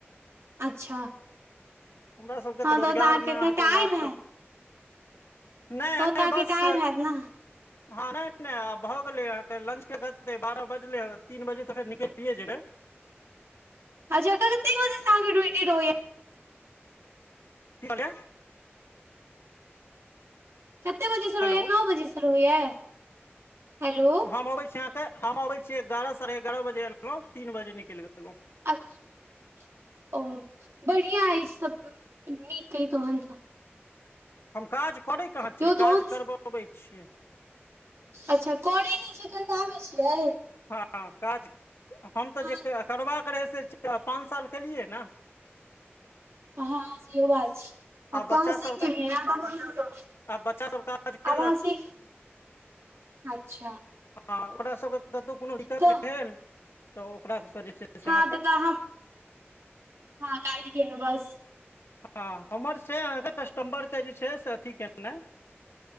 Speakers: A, on the right; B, on the left.
A: अच्छा
B: हमरा सभके
A: हँ
B: तऽ रोजगारमे
A: तहन अहाँके एखन
B: अहाँ
A: टाइम
B: लागत
A: हैत
B: नहि
A: तहन तऽ अहाँके
B: बस
A: टाइम हैत ने
B: हँ नहि नहि आब भऽ गेलै अहांके लंच करतै बारह बजलै तीन बजे त फेर निकलिये जेबै
A: अच्छा कत्ते बजे स अहाँ के ड्यूटी रहैया
B: की कहालिये
A: कते बजेसँ
B: हेलो
A: रहैया नओ बजेसँ रहैया हेलो
B: हम अबै छी अहाँके हम अबै छी एगारह साढ़े एगारह बजे एलहुँ तीन बजे निकइल गेलहुँ
A: अच्छा ओ बढ़िया अछि सब नीक ऐ तहन त
B: हम काज करै कहाँ
A: यौ
B: छियै
A: तहन
B: काज करबबै छियै
A: अच्छा करै नै छियै करबाबै छियै
B: हँ काज हम तऽ
A: हँ
B: जे करबाक जे रहै से पाँच साल केलियै ने
A: हं सेहो बा छी
B: आ
A: आब तऽ
B: बच्चा
A: आहाँ सीख
B: सबके
A: गेलियै,
B: आ बच्चा सब काज केलक
A: आब आहाँ सीख अच्छा
B: हँ ओकरा सबके कतहु कोनो दिक्कत
A: तऽ
B: भेल तऽ ओकरा स जे छै से
A: हँ
B: अहाँके
A: त तोरा हम <unintelligible> गेल बस
B: हँ हमर छै अहाँके कस्टमरके जे छै से अथी केनाइ